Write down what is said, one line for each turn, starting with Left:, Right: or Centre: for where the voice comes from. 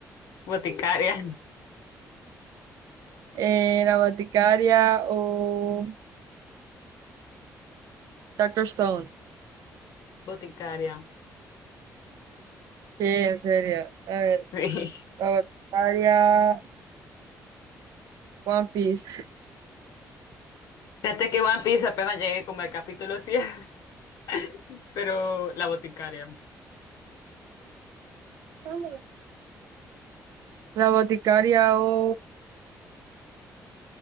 Left: Boticaria.
Right: Eh, la boticaria o Doctor Stone.
Left: Boticaria.
Right: ¿Qué? En serio. A ver,
Left: Sí.
Right: la boticaria, One Piece.
Left: Fíjate que One Piece apenas llegué como al capítulo 100, <laughs> pero la boticaria.
Right: Dámela. La boticaria o